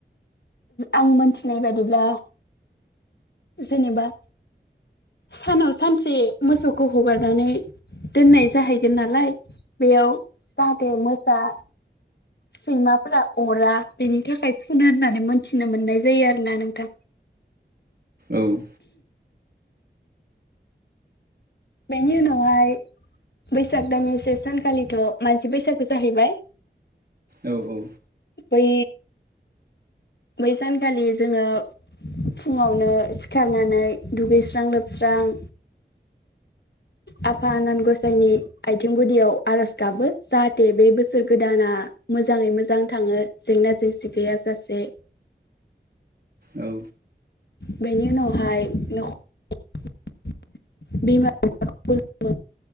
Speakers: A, on the left (about 65°); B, on the right (about 55°).
A: आं मोनथिनाय बादिब्ला, जेनेबा सानाव सानसे मोसौखौ हगारनानै दोननाय जाहैगोन नालाय बेयाव जाहाथे मोसा सैमाफोरा अरा बेनि थाखाय फुनो होननानै मोनथिनो मोननाय जायो आरोना नोंथां।
B: औ।
A: बेनि उनावहाय बैसाग दाननि से सानखालिथ' मानसि बैसागो जाहैबाय।
B: औ औ।
A: बै बै सानखालि जोङो फुङावनो सिखारनानै दुगैस्रां लोबस्रां आफा आनान गसाइनि आथिं गुदियाव आर'ज गाबो जाहाथे बे बोसोर गोदाना मोजाङै मोजां थाङो जेंना जेंसि गैया जासे।
B: औ
A: बेनि उनावहाय न'खर <unintelligible> बिमा <unintelligible> खुलुमो